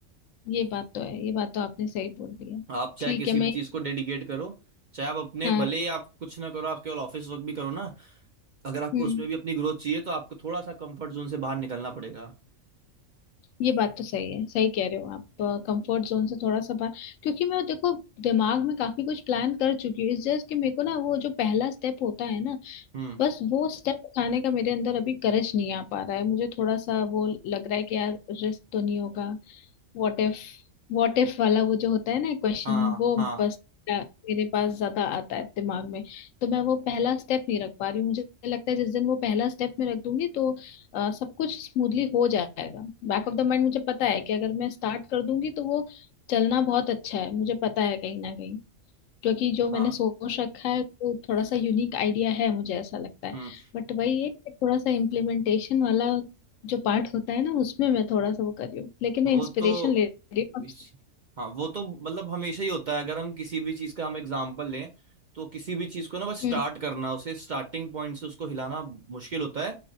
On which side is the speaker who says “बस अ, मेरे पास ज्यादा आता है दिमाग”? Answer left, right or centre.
Left